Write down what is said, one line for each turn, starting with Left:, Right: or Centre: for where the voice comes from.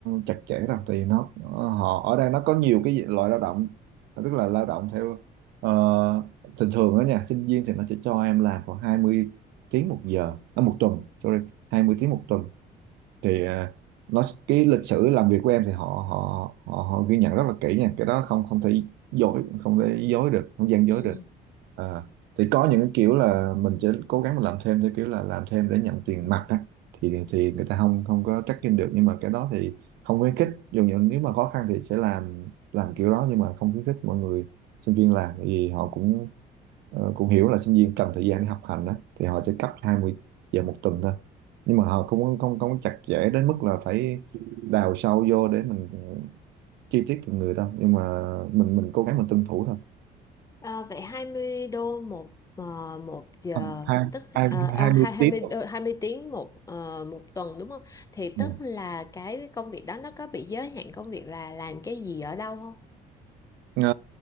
Right: chặt chẽ đâu thì nó họ ở đây nó có nhiều cái loại lao động tức là lao động theo ờ, thường thường đó nha sinh viên thì nó sẽ cho em làm khoảng hai mươi tiếng một giờ à, một tuần sorry hai mươi tiếng một tuần thì à, nó cái lịch sử làm việc của em thì họ họ họ họ ghi nhận rất là kỹ nha cái đó không không thể dối không thể dối được không gian
Left: Ừ.
Right: dối được à, thì có những cái kiểu là mình sẽ cố gắng mà làm thêm theo kiểu là làm thêm để nhận tiền mặt á thì thì người ta không không có tracking được nhưng mà cái đó thì không khuyến khích dù những nếu mà khó khăn thì sẽ làm làm kiểu đó nhưng mà không khuyến khích mọi người sinh viên làm Tại vì họ cũng ờ, cũng hiểu là sinh viên cần thời gian để học hành đó thì họ sẽ cấp hai mươi giờ một tuần thôi nhưng mà họ cũng không không không có chặt chẽ đến mức là phải đào sâu vô để mình chi tiết từng người đâu nhưng mà mình mình cố gắng mình tuân thủ thôi
Left: À, vậy 20 đô một ờ, một giờ
Right: Ờ, hai
Left: tức
Right: hai
Left: à, à,
Right: hai
Left: hai-
Right: mươi
Left: 20
Right: tiếng
Left: đô- 20 tiếng một ờ, một tuần đúng không? Thì
Right: Ừ.
Left: tức là cái công việc đó nó có bị giới hạn công việc là làm cái gì ở đâu không?
Right: Ờ,